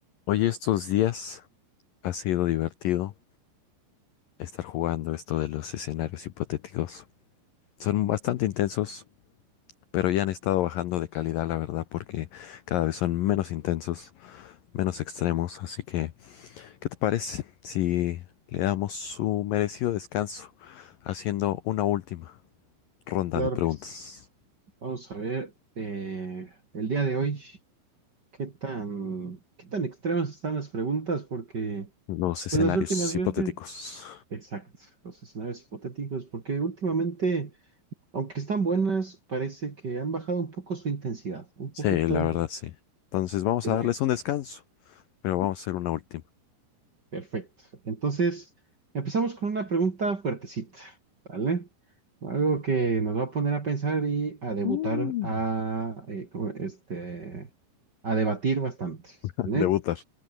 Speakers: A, on the left (about 85°); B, on the right (about 35°).
A: Oye, estos días ha sido divertido estar jugando esto de los escenarios hipotéticos. Son bastante intensos, pero ya han estado bajando de calidad, la verdad, porque cada vez son menos intensos, menos extremos. Así que, ¿qué te parece si le damos su merecido descanso haciendo una última ronda
B: Claro
A: de preguntas?
B: que sí. Vamos a ver eh, el día de hoy qué tan, qué tan extremas están las preguntas, porque
A: Los escenarios
B: pues las últimas veces,
A: hipotéticos.
B: exacto, los escenarios hipotéticos, porque últimamente, aunque están buenas, parece que han bajado un poco su intensidad, un
A: Sí,
B: poquito
A: la verdad,
B: de,
A: sí. Entonces vamos
B: de
A: a darles un descanso, pero vamos a hacer una última.
B: Perfecto. Entonces, empezamos con una pregunta fuertecita, ¿vale? Algo que nos va a poner a pensar y a debutar,
A: Mm.
B: a, eh, ¿cómo? este, a debatir bastante,
A: <laughs>
B: ¿vale?
A: Debutar.